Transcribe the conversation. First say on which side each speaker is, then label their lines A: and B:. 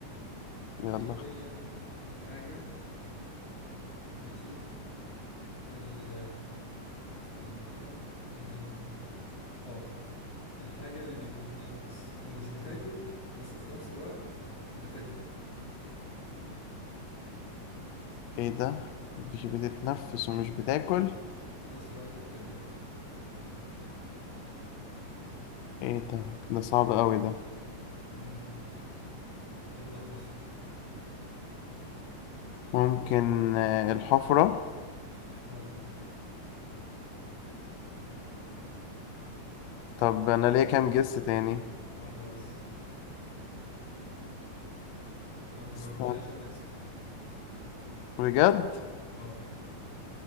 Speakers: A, on the left (about 80°); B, on the left (about 50°).
A: يلا
B: ايه هي الحاجة ماشي ال استنى كده إيه، اه الحاجة اللي مش بتتنفس ومش بتاكل بس في نفس الوقت بتكبر
A: ايه ده مش بتتنفس ومش بتاكل
B: وفي نفس الوقت بتكبر
A: ايه ده ده صعب أوي ده
B: مم. يلا باش
A: ممكن آه، الحفرة
B: غلط
A: طب أنا ليا كام جس تاني
B: واحدة بس ولو ما جاوبتهاش
A: استنى
B: أنا أكسب
A: بجد
B: اه